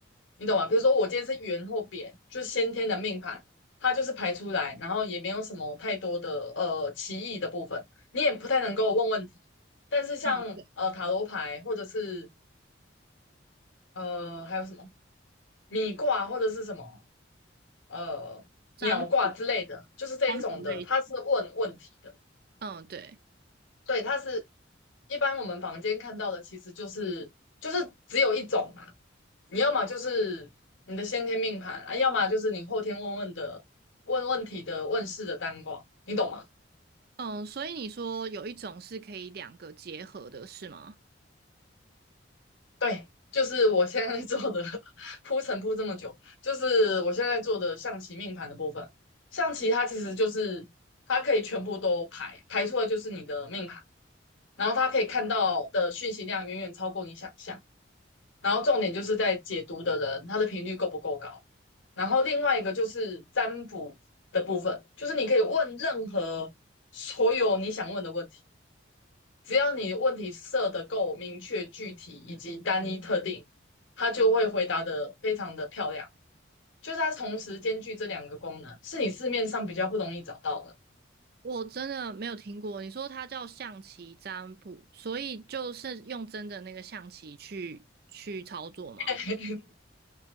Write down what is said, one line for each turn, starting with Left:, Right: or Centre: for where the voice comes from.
Left: 你懂吗？比如说我今天是圆或扁，就是先天的命盘，它就是排出来，然后也没有什么太多的呃歧义的部分，你也不太能够问问题。但是像呃塔罗牌或者是
Right: 嗯，对，
Left: 呃还有什么米卦或者是什么呃鸟卦之类的，
Right: 占卜
Left: 就是这一种的，
Right: 占卜类型。
Left: 它是问问题的。
Right: 嗯，对，
Left: 对，它是一般我们房间看到的，其实就是就是只有一种嘛。你要么就是你的先天命盘啊，要么就是你后天问问的问问题的问世的单卦，你懂吗？
Right: 嗯，所以你说有一种是可以两个结合的，是吗？
Left: 对，就是我现在在做的 <laughs> 铺陈铺这么久，就是我现在在做的象棋命盘的部分。象棋它其实就是它可以全部都排排出来，就是你的命盘，然后它可以看到的讯息量远远超过你想象。然后重点就是在解读的人，他的频率够不够高。然后另外一个就是占卜的部分，就是你可以问任何所有你想问的问题，只要你问题设的够明确、具体以及单一特定，他就会回答的非常的漂亮。就是它同时兼具这两个功能，是你市面上比较不容易找到的。
Right: 我真的没有听过。你说它叫象棋占卜，所以就是用真的那个象棋去去操作吗？
Left: <laughs>